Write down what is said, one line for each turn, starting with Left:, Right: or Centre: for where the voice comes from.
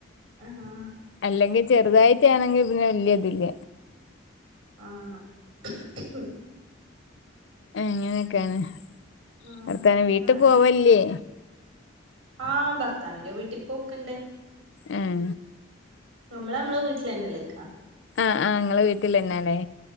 Right: ആഹ് ആ
Left: അല്ലെങ്കി ചെറുതായിട്ടാണെങ്കി പിന്നെ വല്യതില്ല.
Right: ആഹ്
Left: അങ്ങനെയൊക്കേണ്
Right: ആഹ്
Left: വർത്താനം. വീട്ടി
Right: ആഹ്
Left: പോവലില്ലേ?
Right: ആഹ് ഭർത്താവിന്റെ വീട്ടി പോക്ക്ണ്ട്.
Left: ഏഹ്.
Right: നമ്മള് നമ്മള വീട്ടിലന്നെല്ലെ ക്കാ.
Left: ആഹ് ആഹ് ഇങ്ങളെ വീട്ടിലെന്നാലേ